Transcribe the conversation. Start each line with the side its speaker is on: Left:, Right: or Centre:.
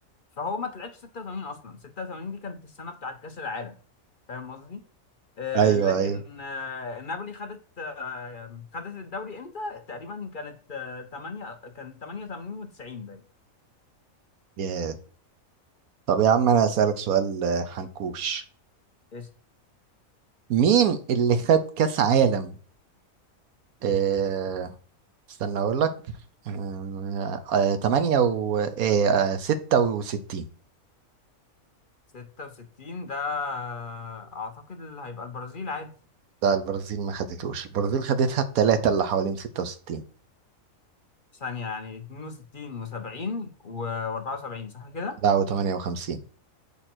Left: فهو ما طلعتش 86 اصلا 86 دي كانت السنه بتاعت كاس العالم فاهم قصدي آه،
Right: ايوه
Left: لكن
Right: ايوه
Left: آه، نابولي خدت آه، خدت الدوري امتى؟ تقريبا كانت آه، 8 كانت 88 و90 باين
Right: يا. طب يا عم انا هسألك سؤال آه، حنكوش
Left: إيش؟
Right: مين اللي خد كأس عالم آه، استنى اقول لك آه، آه، 8 و آه، آه، 66
Left: 66 ده آه، اعتقد اللي هيبقى البرازيل عادي
Right: لا البرازيل ما خدتوش البرازيل خدتها الثلاثة اللي حوالين 66
Left: ثانية يعني 62 و70 و74 صح كده؟
Right: لا و 58